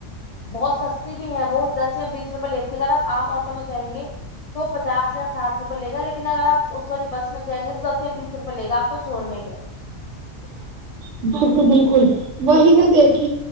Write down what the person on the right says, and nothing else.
بالکل بالکل وہی نہ دیکھ